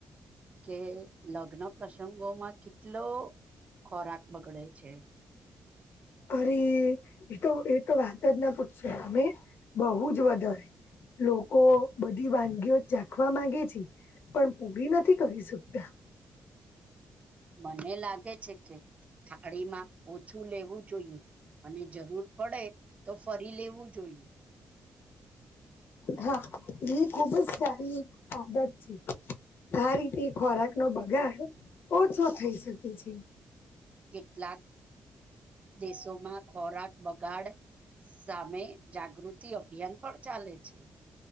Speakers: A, on the right; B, on the left.
A: કે લગ્ન પ્રસંગોમાં કેટલો ખોરાક બગડે છે.
B: અરે એતો એતો વાત જ ના પૂછશ અમે બહુ જ વધારે લોકો બધી વાનગીઓ ચાખવા માંગે છે પણ પૂરી નથી કરી શકતા.
A: મને લાગે છે કે થાળીમાં ઓછું લેવું જોઈએ. અને જરૂર પડે તો ફરી લેવું જોઈએ.
B: હા એ ખુબ જ સારી આદત છે. આ રીતે ખોરાક નો બગડ ઓછો થઈ શકે છે.
A: કેટલાક દેશોમાં ખોરાક બગાડ સામે જાગૃતિ અભિયાન પણ ચાલે છે